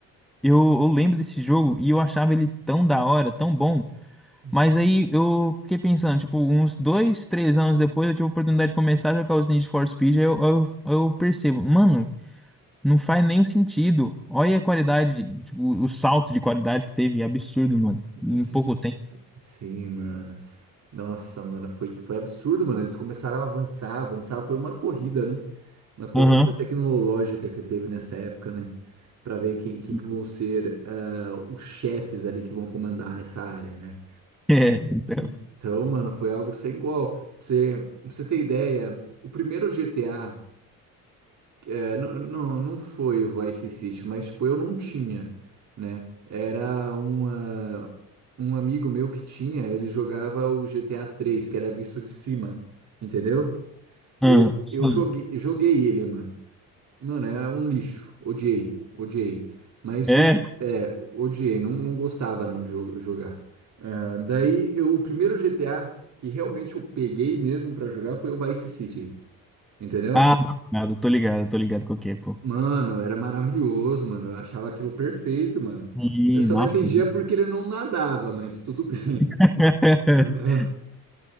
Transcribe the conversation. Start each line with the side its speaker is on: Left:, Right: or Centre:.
Centre: eu, eu lembro desse jogo e eu achava ele tão da hora, tão bom.
Right: Hum.
Centre: Mas aí eu fiquei pensando, tipo, uns dois, três anos depois eu tive a oportunidade de começar a jogar os Need for Speed, aí eu, eu, eu percebo, mano, Não faz nenhum sentido. Olha a qualidade, tipo, o salto de qualidade que teve, é absurdo, mano. Em
Right: S-
Centre: pouco tempo.
Right: Sim, mano. Nossa, mano, foi, foi absurdo, mano. Eles começaram a avançar, avançar. Foi uma corrida, né? Uma corrida
Centre: Aham.
Right: tecnológica que teve nessa época, né? Pra ver quem, quem
Centre: <laughs>
Right: que vão ser ah, os chefes ali que vão comandar essa área, né?
Centre: É, então.
Right: Então, mano, foi algo sem igual. Pra você, pra você ter ideia, o primeiro GTA. É, não, não, não foi o Vice City, mas tipo, eu não tinha, né? Era uma, um amigo meu que tinha, ele jogava o GTA 3, que era visto de cima, entendeu? Eu,
Centre: Aham, sim.
Right: eu joguei, joguei ele, mano. Mano, é um lixo. Odiei, odiei. Mas
Centre: É.
Right: o, é, odiei, não, não gostava não de jo- jogar. Ah, daí eu, o primeiro GTA que realmente eu peguei mesmo pra jogar foi o Vice City, entendeu?
Centre: Ah, nada, tô ligado, tô ligado qual que é, pô.
Right: Mano, era maravilhoso, mano. Eu achava aquilo perfeito, mano.
Centre: Ih,
Right: Eu só
Centre: nossa.
Right: não entendia porque ele não nadava, mas tudo bem.
Centre: <laughs>
Right: <laughs>